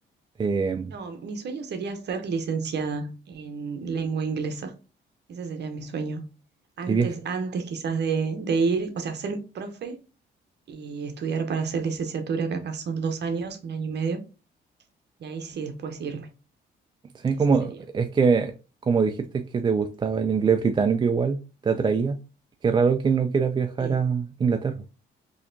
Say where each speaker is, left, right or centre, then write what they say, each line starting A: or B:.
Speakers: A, on the right; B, on the right.
A: eh,
B: No, mi sueño sería ser licenciada en lengua inglesa, ese sería mi sueño. Antes,
A: y viaje-
B: antes quizás de, de ir, o sea, ser profe y estudiar para hacer licenciatura, que acá son dos años, un año y medio, y ahí sí después irme,
A: sí,
B: ese
A: como,
B: sería.
A: es que, como dijiste que te gustaba el inglés británico igual, te atraía. Qué raro que no quieras viajar
B: Sí.
A: a Inglaterra.